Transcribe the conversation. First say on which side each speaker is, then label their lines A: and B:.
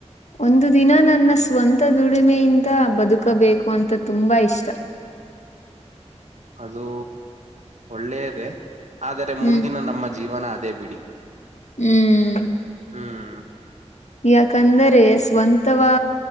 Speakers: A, on the left (about 75°); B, on the right (about 75°).
A: ಒಂದು ದಿನ ನನ್ನ ಸ್ವಂತ ದುಡಿಮೆಯಿಂದ ಬದುಕಬೇಕು ಅಂತ ತುಂಬಾ ಇಷ್ಟ
B: ಅದು ಒಳ್ಳೇದೆ ಆದರೆ
A: ಹ್ಮ್
B: ಮುಂದಿನ ನಮ್ಮ ಜೀವನ ಅದೇ ಬಿಡಿ
A: ಹ್ಮ್
B: ಹ್ಮ್
A: ಯಾಕಂದರೆ ಸ್ವಂತವಾ